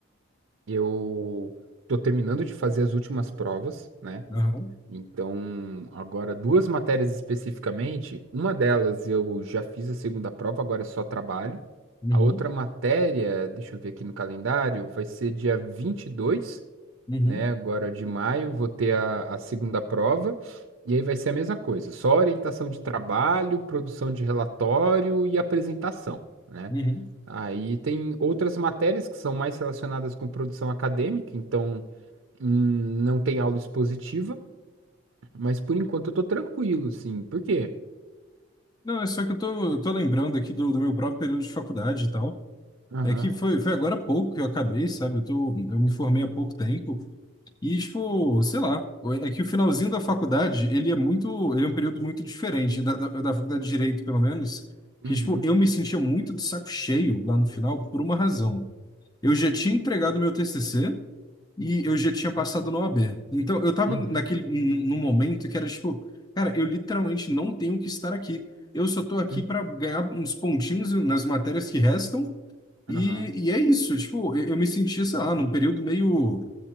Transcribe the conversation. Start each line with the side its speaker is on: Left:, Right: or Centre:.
Right: eu tô terminando de fazer as últimas provas, né?
Left: Aham.
Right: Então, agora duas matérias especificamente. Uma delas eu já fiz a segunda prova, agora é só trabalho.
Left: Uhum.
Right: A outra matéria, deixa eu ver aqui no calendário, vai ser dia 22.
Left: Uhum.
Right: né? Agora de maio vou ter a, a segunda prova e aí vai ser a mesma coisa, só orientação de trabalho, produção de relatório e apresentação, né?
Left: Uhum.
Right: Aí tem outras matérias que são mais relacionadas com produção acadêmica, então hum, não tem aula expositiva, mas por enquanto eu tô tranquilo, sim. Por quê?
Left: Não, é só que eu tô, eu tô lembrando aqui do, do meu próprio período de faculdade e tal.
Right: Aham.
Left: É que foi, foi agora há pouco que eu acabei, sabe? Eu tô, eu me formei há pouco tempo. E, tipo, sei lá, é que o finalzinho da faculdade, ele é muito, ele é um período muito diferente da, da, da faculdade de Direito, pelo menos, que,
Right: Uhum.
Left: tipo, eu me sentia muito de saco cheio lá no final por uma razão. Eu já tinha entregado meu TCC e eu já tinha passado na OAB. Então, eu tava
Right: Uhum.
Left: naquele, num num momento que era, tipo, cara, eu literalmente não tenho que estar aqui. Eu só tô aqui
Right: Uhum.
Left: para ganhar uns pontinhos nas matérias que restam e,
Right: Aham.
Left: e é isso. Tipo, eu, eu me sentia, sei lá, num período meio